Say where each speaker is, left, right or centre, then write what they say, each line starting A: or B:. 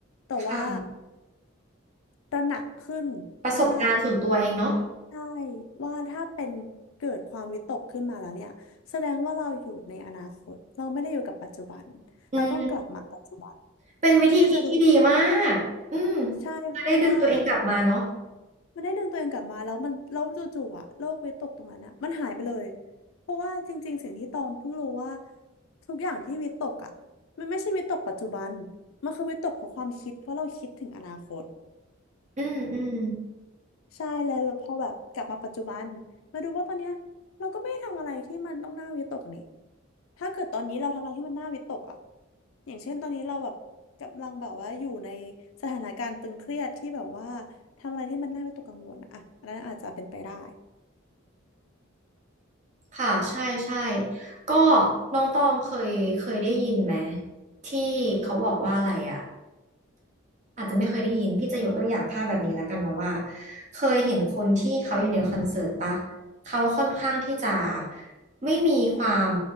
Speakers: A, on the left; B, on the right.
A: แต่ว่า
B: ค่ะ
A: ตระหนักขึ้น
B: ประสบการณ์ส่วนตัวเองเนาะ
A: ว่าใช่ว่าถ้าเป็นเกิดความวิตกขึ้นมาแล้วเนี่ยแสดงว่าเราอยู่ในอนาคตเราไม่ได้อยู่กับปัจจุบันเราต้องกลับมาปัจจุบัน
B: อืมเป็นวิธีคิดที่ดีมาก
A: เพื่อที่จะดู
B: อืม
A: ใช่เพราะว่า
B: จะได้ดึงตัวเองกลับมาเนาะ
A: มันได้ดึงตัวเองกลับมาแล้วมันเราจู่ๆอะโลกวิตกตรงนั้นอะมันหายไปเลยเพราะว่าจริงๆสิ่งที่ตองเพิ่งรู้ว่าทุกอย่างที่วิตกอะมันไม่ใช่วิตกปัจจุบันมันคือวิตกของความคิดเพราะเราคิดถึงอนาคต
B: อืมอืม
A: ใช่เลยพอแบบกลับมาปัจจุบันมาดูว่าตอนเนี้ยเราก็ไม่ได้ทำอะไรที่มันต้องน่าวิตกนี่ถ้าเกิดตอนนี้เราทำอะไรที่มันน่าวิตกอ่ะอย่างเช่นตอนนี้เราแบบกำลังแบบว่าอยู่ในสถานการณ์ตึงเครียดที่แบบว่าทำอะไรที่มันน่าวิตกกังวลอะอ่ะอันนั้นอาจจะเป็นไปได้
B: ค่ะใช่ ใช่ ก็น้องตองเคย เคยได้ยินไหมที่เขาบอกว่าอะไรอะ อาจจะไม่เคยได้ยินพี่จะยกตัวอย่างภาพแบบนี้แล้วกันเนาะว่าเคยเห็นคนที่เขาอยู่ในคอนเสิร์ตปะเขาค่อนข้างที่จะไม่มีความ